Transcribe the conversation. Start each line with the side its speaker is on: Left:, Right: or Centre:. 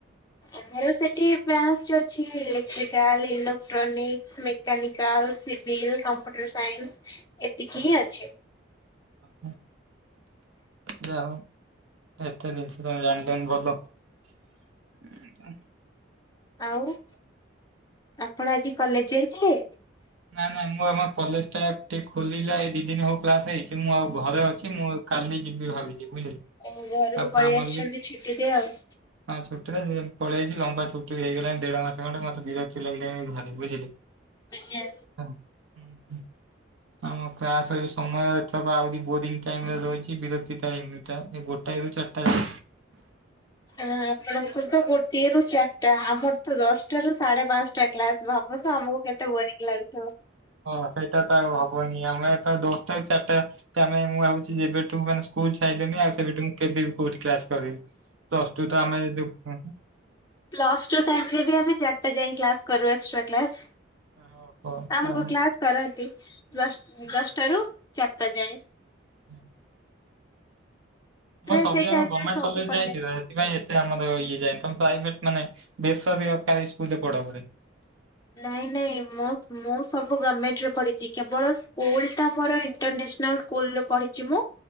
Left: ଆମର ସେଠି ଫ୍ରାନ୍ ସ ଅ ଛି electrical electronic mechanical civil computer science. ଏତିକି
Right: ହୁଁ,
Left: ହିଁ ଅଛି।
Right: ହୁଁ। ଓହୋ, ଯାହା ହଉ ଏତେ ଜିନିଷ ତମେ ଜାଣିଲନି ଭଲ।
Left: ହଉ ଆପଣ ଆଜି କଲେଜ ଯାଇଥିଲେ?
Right: ନା ନା ମୋ ଆମ କଲେଜ ଟା ଟିକେ ଖୋଲିଲା ଏଇ ଦି ଦିନ ହଉ କ୍ଲାସ ହେଇଛି ମୁଁ ଆଉ ଘରେ ଅଛି ମୁଁ କାଲି ଯିବି ଭାବିଛିି ବୁଝିଲି।
Left: ଏଇ ଘରକୁ
Right: ଆଉ
Left: ପଳେଇ
Right: ଆମର
Left: ଆସିଛନ୍ତି
Right: ବି
Left: ଛୁଟି ଦେଇ ଆଉ।
Right: ହଁ ଛୁଟିରେ ମୁଁ ପଳେଇ ଆଇଚି ଲମ୍ବା ଛୁଟି ହେଇଗଲାଣି ଦେଢ ମାସ ଖଣ୍ଡେ ମତେ ବିରକ୍ତି ଲାଗିଲାଣି ଘରେ ବୁଝିଲି।
Left: ଟିକିଏ।
Right: ହୁଁ ହୁ। ଆମ କ୍ଲାସରେ ସମୟ ଏଥରକ ଆହୁରି ବୋରିଙ୍ଗ୍ ଟାଇମରେ ରହିଛି ବିରକ୍ତି ଟାଇମି। ଟା ଗୋଟାଇ ରୁ ଚାରଟା।
Left: ଆ ଆପଣଙ୍କର ତୋ ଗୋ ଗୋଟିଏରୁ ଚାରିଟା, ଆମର ତ ଦଶଟାରୁ ସାଢେ ପାଞ୍ଚଟା କ୍ଲାସ ଭାବନ୍ତୁ ଆମକୁ କେତେ ବୋରିଂ ଲାଗୁଥିବ।
Right: ହଁ ସେଇଟା ତ ଆଉ ହବନି ଆମେ ତ ଦଶଟାରୁ ଚାରିଟା ତ ଆମେ ମୁଁ ଭାବୁଛି ଯେବେଠୁ ମାନେ ସ୍କୁଲ ସାଇଲିଣି, ଆଉ ସେବେଠୁଁ କେବେ ବି କୋଉଠି କ୍ଲାସ କରିନି, ପ୍ଲସ ଟୁ ତ ଆମେ ଯୋଉ
Left: ପ୍ଲସ ଟୁ ଟାଇମ୍ ରେ ବି ଆମେ ଚାରିଟା ଯାଇ କ୍ଲାସ କରୁ ଏକ୍ସଟ୍ରା କ୍ଲାସ।
Right: ଓହୋ
Left: ଆମକୁ
Right: ତାହେଲେ
Left: କ୍ଲାସ କରାନ୍ତି, ଦଶ
Right: ହଁ।
Left: ଦଶଟାରୁ ଚାରିଟା ଯାଏ।
Right: ହୁଁ
Left: ପ୍ରାୟ
Right: ମୁଁ ସବୁଯାକ
Left: ସେଇ ଟାଇମରେ
Right: ଗଭର୍ଣ୍ଣମେଣ୍ଟ
Left: ସବୁ
Right: କଲେଜ
Left: କଲେ
Right: ଯାଇଛି ଯେ ସେଥିପାଇଁ ଏତେ ଆମର ଇଏ ଯାଏ ତ, ପ୍ରାଇଭେଟ ମାନେ ବେସରକାରୀ ସ୍କୁଲ୍ ରେ ପଢ ବୋଧେ?
Left: ନାଇଁ ନାଇଁ ମୁଁ ସବୁ ଗଭର୍ଣ୍ଣମେଣ୍ଟରେ ପଢ଼ିଛି, କେବଳ ସ୍କୁଲଟା ମୋର ଇଣ୍ଟରନ୍ୟାସନାଲ୍ ସ୍କୁଲରେ ପଢିଛି ମୁଁ।